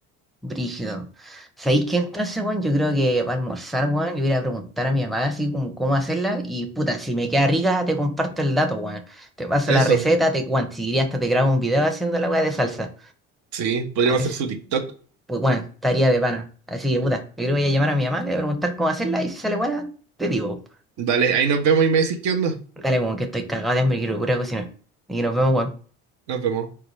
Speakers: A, in the centre; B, on the right.
A: Brígido. ¿Sabéis qué entonces, weón? Yo creo que para almorzar, weón, le voy a ir a preguntar a mi mamá así como cómo hacerla. Y puta, si me queda rica, te comparto el dato, weón. Te paso
B: Eso,
A: la receta, te, weón, si quería hasta te grabo un video haciendo la weá de salsa.
B: sí, podríamos
A: A eso.
B: hacer su TikTok.
A: Pues bueno, estaría de pana. Así que puta, yo creo que voy a llamar a mi mamá, le voy a preguntar cómo hacerla y si sale buena, te digo.
B: Dale, ahí nos vemos y me decís qué onda.
A: Dale, weón, que estoy cagado de hambre y quiero pura cocinar. Y nos vemos, weón.
B: Nos vemos.